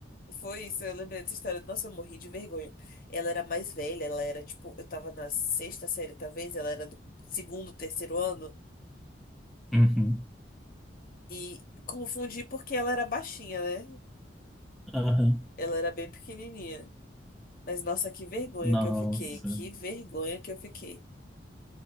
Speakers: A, on the left; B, in the centre.
A: Foi isso, eu lembrei dessa história. Nossa, eu morri de vergonha. Ela era mais velha, ela era tipo, eu tava na sexta série, talvez, ela era do segundo, terceiro ano.
B: Uhum.
A: E confundi porque ela era baixinha, né?
B: Aham.
A: Ela era bem pequenininha. Mas nossa, que vergonha
B: Nossa.
A: que eu fiquei. Que vergonha que eu fiquei.